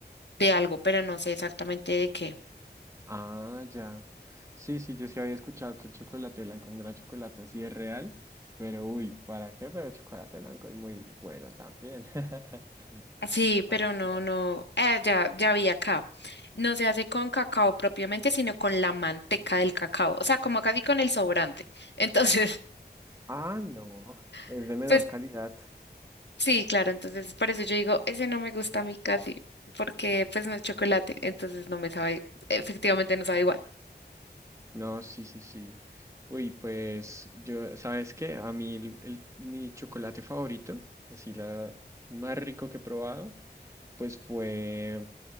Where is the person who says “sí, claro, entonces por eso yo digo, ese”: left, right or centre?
Left